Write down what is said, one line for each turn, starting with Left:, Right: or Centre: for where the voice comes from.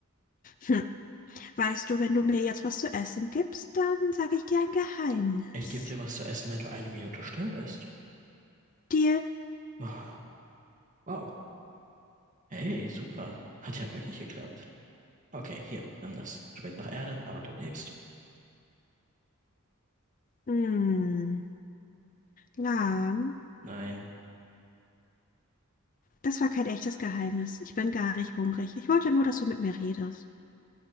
Left: Hm. Weißt du, wenn du mir jetzt was zu essen gibst, dann sage ich dir ein Geheimnis.
Right: Ich gebe dir was zu essen, wenn du eine Minute still bist.
Left: Deal?
Right: Oh, wow. Hey, super. Hat ja wirklich geklappt. Okay, hier, nimm das. Schmeckt nach Erde, aber du lebst.
Left: Hm, lahm.
Right: Nein.
Left: Das war kein echtes Geheimnis. Ich bin gar nicht hungrig. Ich wollte nur, dass du mit mir redest.